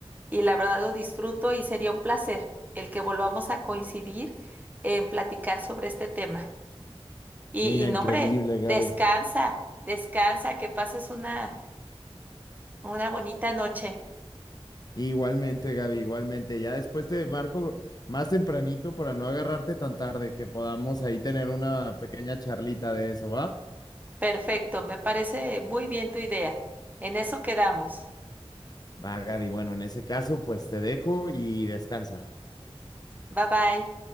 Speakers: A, on the right; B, on the left.
A: y la verdad lo disfruto y sería un placer el que volvamos a coincidir en platicar sobre este tema. Y,
B: Mira,
A: y no,
B: increíble,
A: hombre, descansa,
B: Gaby.
A: descansa, que pases una, una bonita noche.
B: Igualmente, Gaby, igualmente. Ya después te marco más tempranito para no agarrarte tan tarde, que podamos ahí tener una pequeña charlita de eso, ¿va?
A: Perfecto, me parece muy bien tu idea. En eso quedamos.
B: Va, Gaby. Bueno, en ese caso, pues te dejo y descansa.
A: Bye bye.